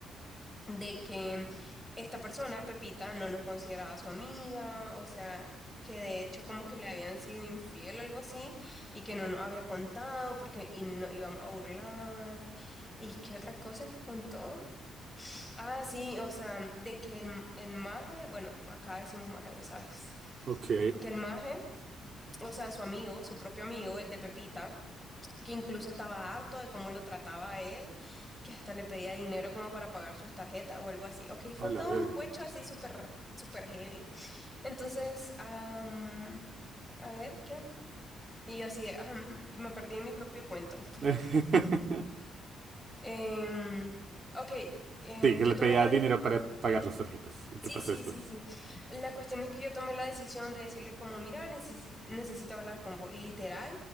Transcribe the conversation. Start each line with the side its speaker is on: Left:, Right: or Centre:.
Centre: de que esta persona, Pepita, no nos consideraba su amiga, o sea, que de hecho como que le habían sido infiel o algo así, y que no nos había contado porque y no íbamos a burlar. ¿Y qué otras cosas nos contó? Ah, sí, o sea, de que el, el maje, bueno, acá decimos maje, vos sabes,
Right: Ok.
Centre: que el maje, o sea, su amigo, su propio amigo, el de Pepita, que incluso estaba harto de cómo lo trataba él, que hasta le pedía dinero como para pagar sus tarjetas o algo así. Ok, fue
Right: A
Centre: todo
Right: la verga.
Centre: un cuecho así súper, súper heavy. Entonces, am, a ver, ¿qué? Y yo así, de, "Ajam", y me perdí en mi propio cuento. <laughs>
Right: <laughs>
Centre: Em, ok, eh,
Right: Sí, que
Centre: yo
Right: le
Centre: tomé
Right: pedía
Centre: la
Right: dinero
Centre: decisión.
Right: para pagar las tarjetas. ¿Y
Centre: Sí,
Right: qué pasó
Centre: sí,
Right: después?
Centre: sí, sí. La cuestión es que yo tomé la decisión de decirle como, mira, necesi- necesito hablar con vos. Y literal,